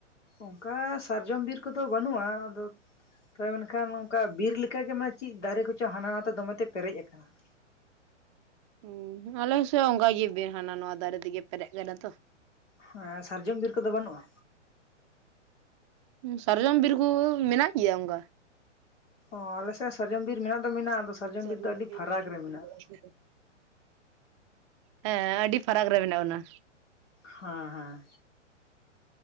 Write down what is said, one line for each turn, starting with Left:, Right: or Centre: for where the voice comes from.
Left: ᱚᱱᱠᱟ ᱥᱟᱨᱡᱚᱢ ᱵᱤᱨ ᱠᱚᱫᱚ ᱵᱟᱹᱱᱩᱜᱼᱟ ᱟᱫᱚ ᱛᱚᱵᱮ ᱢᱮᱱᱠᱷᱟᱱ ᱚᱱᱠᱟ ᱵᱤᱨ ᱞᱮᱠᱟᱜᱮ ᱢᱟᱱᱮ ᱪᱮᱫ ᱫᱟᱨᱮ ᱠᱚᱪᱚᱝ ᱦᱟᱱᱟ ᱱᱟᱣᱟ ᱫᱚᱢᱮᱛᱮ ᱯᱮᱨᱮᱡ ᱟᱠᱟᱱᱟ <inaudible>
Right: ᱩᱸ ᱟᱞᱮ ᱥᱮᱫ ᱦᱚᱸ ᱚᱱᱠᱟ ᱜᱮ ᱵᱮ ᱦᱟᱱᱟ ᱱᱚᱣᱟ ᱫᱟᱨᱮ ᱛᱮᱜᱮ ᱯᱮᱨᱮᱡ ᱟᱠᱟᱱᱟ ᱛᱚ
Left: ᱦᱮᱸ ᱥᱟᱨᱡᱚᱢ ᱵᱤᱨ ᱠᱚᱫᱚ ᱵᱟᱹᱱᱩᱜᱼᱟ
Right: ᱥᱟᱨᱡᱚᱢ ᱵᱤᱨ ᱠᱚ ᱢᱮᱱᱟᱜ ᱜᱮᱭᱟ ᱚᱱᱠᱟ
Left: ᱚ ᱟᱞᱮ ᱥᱮᱫ ᱥᱟᱨᱡᱚᱢ ᱵᱤᱨ ᱢᱮᱱᱟᱜ ᱫᱚ ᱢᱮᱱᱟᱜᱼᱟ ᱟᱫᱚ
Right: <unintelligible>
Left: ᱥᱟᱨᱡᱚᱢ ᱵᱤᱨ ᱫᱚ ᱟᱹᱰᱤ ᱯᱷᱟᱨᱟᱠ ᱨᱮ ᱢᱮᱱᱟᱜᱼᱟ
Right: ᱦᱮᱸ ᱟᱹᱰᱤ ᱯᱷᱟᱨᱟᱠ ᱨᱮ ᱢᱮᱱᱟᱜ ᱚᱱᱟ
Left: ᱦᱮᱸ ᱦᱮᱸ